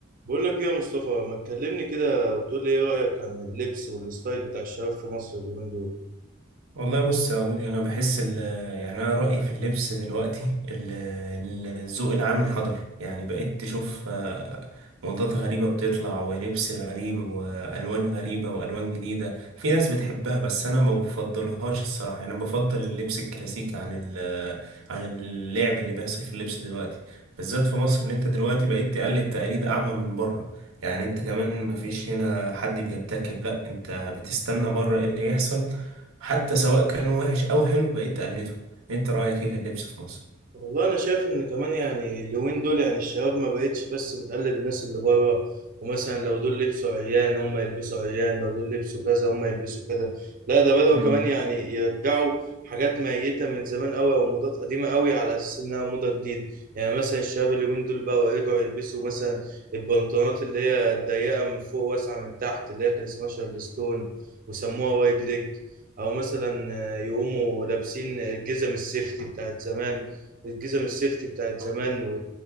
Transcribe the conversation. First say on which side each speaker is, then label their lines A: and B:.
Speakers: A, on the right (about 40°); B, on the right (about 85°).
A: بقول لك ايه يا مصطفى ما تكلمني كده وتقول لي ايه رأيك عن اللبس والستايل بتاع الشباب في مصر اليومين دول
B: والله بص يا عودي انا بحس ال يعني انا رايي في اللبس دلوقتي ال- الذوق العام انحدر يعني بقيت تشوف آه، موضات غريبه بتطلع ولبس غريب والوان غريبه والوان جديده في ناس بتحبها بس انا ما بفضلهاش الصراحه يعني انا بفضل اللبس الكلاسيكي عن ال- آه، عن اللعب اللي بيحصل في اللبس دلوقتي بالذات في مصر اللي انت دلوقتي بقيت تقلد تقاليد اعمى من بره يعني انت كمان مفيش هنا حد بيبتكر لا انت بتستنى بره ايه اللي يحصل حتى سواء كان وحش أو حلو بقيت تقلده أنت رأيك إيه في اللبس في مصر؟
A: والله انا شايف ان كمان يعني اليومين دول يعني الشباب ما بقتش بس بتقلد الناس اللي بره ومثلا لو دول لبسوا عيان هم يلبسوا عيان لو دول لبسوا كذا هم يلبسوا كده لا ده بدأوا
B: مم.
A: كمان يعني يرجعوا حاجات ميتة من زمان قوي او موضات قديمة قوي على اساس انها موضة جديدة يعني مثلا الشباب اليومين دول بقوا يرجعوا يلبسوا مثلا البنطلونات اللي هي الضيقة من فوق واسعة من تحت اللي هي كان اسمها شارلستون وسموها وايد ليج او مثلا آه، يقوموا لابسين الجزم السيفتي بتاعت زمان الجزم السيفتي بتاعت زمان و...